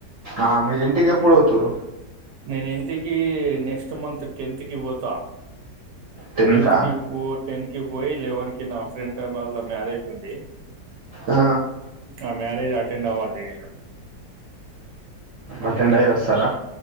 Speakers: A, on the right; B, on the right.
A: ఆ మీరు ఇంటి ఎప్పుడు పోతుండ్రు
B: నేను ఇంతకిి నెక్స్ట్ మంత్ టెన్త్ కి పోతా
A: టెన్కా
B: టెన్త్ కి టెన్త్ కి పోయి లేవన్ కి నా ఫ్రెండ్ మళ్ల మ్యారేజ్ ఉంది
A: ఆ
B: ఆ మ్యారేజ్ అటెండ్ అవ్వాలి
A: అటెండ్ అయ్యి వస్తారా